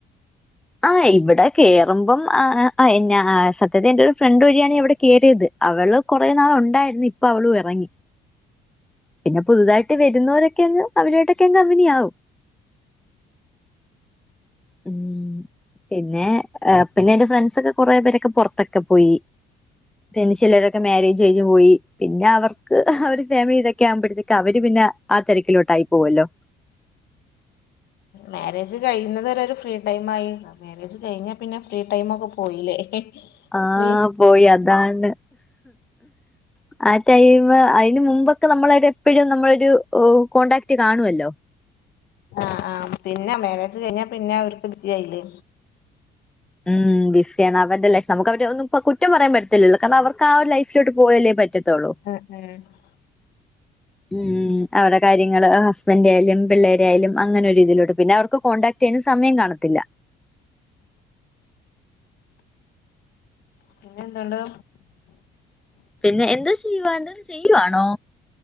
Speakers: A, in the centre; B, on the left.
A: ആഹ് ഇവടെ കേറുമ്പം ആഹ് ആഹ് എന്നാ സത്യത്തി എന്റെയൊരു ഫ്രണ്ട് വഴിയാണ് ഇവിടെ കേറീത് അവള് കൊറെനാള് ഒണ്ടായിരുന്നു ഇപ്പൊ അവളും എറങ്ങി പിന്നെ പുതുതായിട്ട് വരുന്നവരൊ- പിന്നെ അങ്ങ് അവരുട്ടൊക്കെ അങ്ങ് കമ്പനിയാവും ഉം പിന്നെ ആഹ് പിന്നെന്റെ ഫ്രണ്ട്സൊക്കെ കൊറേ പേരൊക്കെ പൊറത്തൊക്കെ പോയി പിന്നെ ചിലരൊക്കെ മാരേജ്- കഴിഞ്ഞുപോയി പിന്നെ അവർക്ക് അവരു- ഫാമിലി ഇതൊക്കെ ആവുമ്പോഴത്തേക്ക് അവര് പിന്നെ ആ തിരക്കിലോട്ടായി പോവൂല്ലോ
B: മാരേജ് കഴിയുന്നതുവരെ ഒരു ഫ്രീ ടൈം ആയി- മാരേജ് കഴിഞ്ഞാ പിന്നെ ഫ്രീടൈമൊക്കെ പോയില്ലേ
A: ആഹ്
B: ഫ്രീ
A: പോയി അതാണ് ആഹ് ടൈംമ് അയിന് മുമ്പൊക്കെ നമ്മളായിട്ട് എപ്പോഴും നമ്മളൊരു കോൺടാക്ട് കാണുവല്ലോ
B: ആഹ് ആഹ് പിന്നെ മേരേജ് കഴിഞ്ഞാ പിന്നെ അവർക്ക് ബിസിയായില്ലേ
A: ഉം ബിസിയാണ് അവരടെ ലൈഫ് നമുക്ക് അവരടെ ഒന്നും ഇപ്പം കുറ്റം പറയാൻ പറ്റത്തില്ലോല്ലോ കാരണം അവർക്ക് ആ ഒരു ലൈഫിലേക്ക് പോയാലേ പറ്റത്തൊള്ളൂ
B: <unintelligible>
A: ഉം ഉം അവര്ടെ കാര്യങ്ങള് ഹസ്ബൻ്റായാലും പിള്ളേരായാലും അങ്ങനെ ഒരു രീതിയിലോട്ട് പിന്നെ അവർക്ക് കോണ്ടാക്ട് ചെയ്യാനും സമയം കാണത്തില്ല
B: പിന്നെ എന്തൊണ്ട്
A: പിന്നെ എന്തോ ചെയ്യുവാ എന്തെലും ചെയ്യുവാണോ